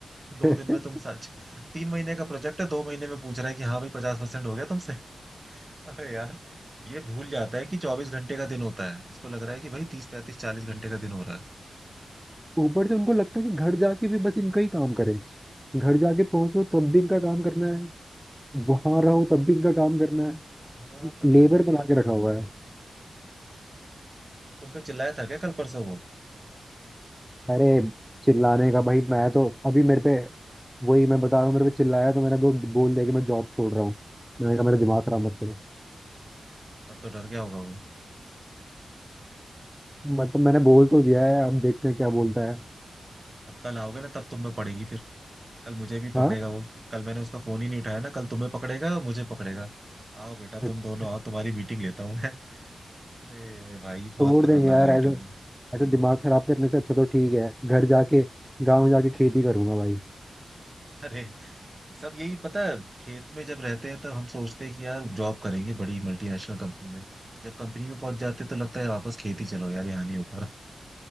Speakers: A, on the right (about 20°); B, in the centre.
A: दो
B: <laughs>
A: दिन में तुम सच तीन महीने का प्रोजेक्ट है दो महीने में पूछ रहा है कि हाँ भाई पचास परसेंट हो गया तुमसे <laughs> अरे यार ये भूल जाता है कि चौबीस घंटे का दिन होता है इसको लग रहा है कि भाई तीस पैंतीस चालीस घंटे का दिन हो रहा
B: ऊपर से उनको
A: है
B: लगता है कि घर जाके भी बस इनका ही काम करें घर जाके पहुंचो तब भी इनका काम करना है वहां रहो तब भी इनका काम करना है
A: हाँ पता
B: लेबर
A: नहीं क्या
B: बना के रखा हुआ है
A: है तुम पे चिल्लाया था क्या कल परसों वो
B: अरे चिल्लाने का भाई मैं तो अभी मेरे पे वही मैं बता रहा हूँ मेरे पे चिल्लाया तो मैंने दो बोल दिया कि मैं जॉब छोड़ रहा हूँ मैंने कहा मेरा दिमाग खराब मत करो
A: तब तो डर गया होगा वो
B: मतलब मैंने बोल तो दिया है अब देखते हैं क्या बोलता है
A: अब कल आओगे ना तब तुम में पड़ेगी फिर कल मुझे भी पकड़ेगा
B: हाँ
A: वो कल मैंने उसका फोन ही नहीं उठाया ना कल तुम्हें पकड़ेगा मुझे पकड़ेगा आओ बेटा
B: अच्छा
A: तुम दोनों आओ तुम्हारी मीटिंग लेता हूँ मैं <laughs> अरे भाई बहुत
B: छोड़
A: खतरनाक
B: देंगे यार ऐसे
A: आइटम है
B: ऐसे दिमाग खराब करने से अच्छा तो ठीक है घर जाके गांव जाके खेती करूंगा भाई
A: अरे सब यही पता है खेत में जब रहते हैं तो हम सोचते हैं कि यार जॉब करेंगे बड़ी मल्टीनेशनल कंपनी में जब कंपनी में पहुंच जाते हैं तो लगता है वापस खेती चलो यार यहाँ नहीं ऊपर